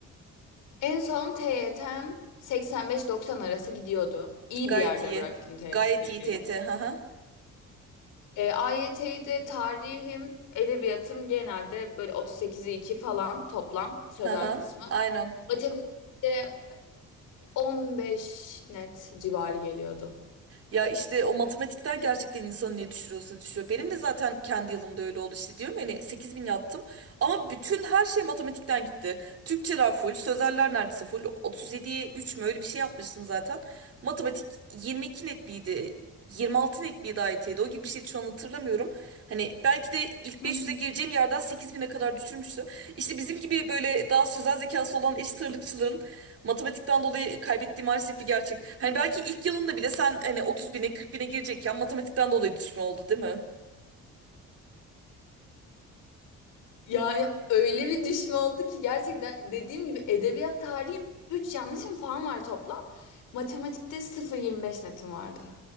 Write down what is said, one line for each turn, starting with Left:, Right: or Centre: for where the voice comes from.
Left: En son TYT'm 85-90 arası gidiyordu. İyi
Right: Gayet
Left: bir yerde
Right: iyi.
Left: bıraktım TYT'yi.
Right: Gayet iyi TT. Hı hı.
Left: E, AYT'yi de tarihim, edebiyatım genelde böyle 38'e 2 falan toplam sözel
Right: Hı hı.
Left: kısmı.
Right: Aynen.
Left: Matematikte 15 net civarı geliyordu.
Right: Ya işte o matematikten gerçekten insanı ne düşürüyorsa düşürüyor. Benim de zaten kendi yılımda öyle oldu işte diyorum yani sekiz bin yaptım ama bütün her şey matematikten gitti. Türkçeler full, sözeller neredeyse full. 37'ye 3 mü öyle bir şey yapmıştım zaten. Matematik 22 net miydi? 26 net miydi IT'de? O gibi bir şeydi şu an hatırlamıyorum. Hani belki de ilk
Left: Hı
Right: 500'e
Left: hı.
Right: gireceğim yerden 8000'e kadar düşürmüştü. İşte bizim gibi böyle daha sözel zekası olan eşit ağırlıkçıların matematikten dolayı kaybettiği maalesef bir gerçek. Hani belki ilk yılında bile sen hani 30 bine 40 bine girecekken matematikten dolayı düşme oldu değil mi?
Left: Yani öyle bir düşme oldu ki gerçekten dediğim gibi edebiyat tarihim 3 yanlışım falan var toplam. Matematikte 0.25 netim vardı.